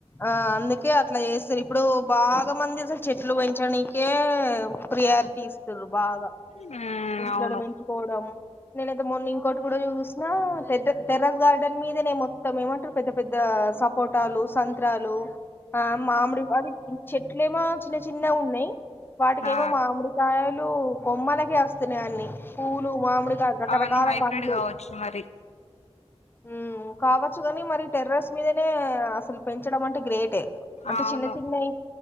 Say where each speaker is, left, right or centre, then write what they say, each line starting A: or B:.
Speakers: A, on the left; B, on the left.
A: ఆ అందుకే అట్లా చేస్తుారు ఇప్పుడు బాగా మంది అసలు చెట్లు పెంచడానికే ప్రెయార్ కిస్తుర్రు బాగా
B: ఉమ్
A: ఇంటి
B: అవును
A: కాడ పెంచుకోవడం నేనైతే మొన్న ఇంకోటి కూడా చూసిన టర టెర్రస్ గార్డెన్ మీద నే మొత్తం ఏమంటారు పెద్ద పెద్ద సపోటాలు సంత్రాలు ఆ మామిడి అది చెట్లేమో చిన్న చిన్నగ ఉన్నాయి వాటికేమో
B: ఆ
A: మామిడికాయలు కొమ్మలకే వస్తున్నాయి అన్నిీ పూలు మామిడికాయ్ రకరకాల
B: అవన్నీ హైబ్రిడ్
A: పండ్లు
B: కావచ్చు మరి
A: మ్ కావచ్చు కాని మరి టెర్రస్ మీదనే అసలు పెంచడం అంటే గ్రేటే అంటే
B: అవును
A: చిన్న చిన్నవి